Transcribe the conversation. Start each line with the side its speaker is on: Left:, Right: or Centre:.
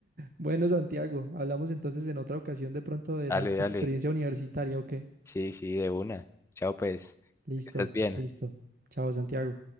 Right: Bueno, Santiago, hablamos entonces en otra ocasión de pronto de
Left: Dale,
Right: nuestra
Left: dale.
Right: experiencia universitaria, ¿o qué?
Left: Sí, sí, de una. Chao, pues.
Right: Listo,
Left: Que estés bien.
Right: listo. Chao, Santiago.